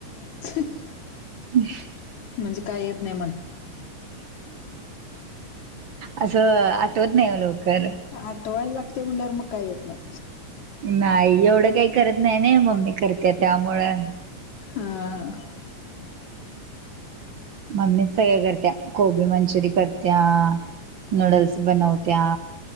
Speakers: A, on the left; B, on the right.
A: <unintelligible>
B: <unintelligible>
A: म्हणजे काय येत नाही म्हणं.
B: असं आठवत नाही वो लवकर.
A: आठवायला लागतंय म्हंल्यावर मग काय येत नाही.
B: नाही एवढं काही करत नाही ने मम्मी करते त्यामुळं.
A: ह्अ
B: मम्मीच सगळं करतीया कोबी मंचुरी करतीया, नूडल्स बनवतिया.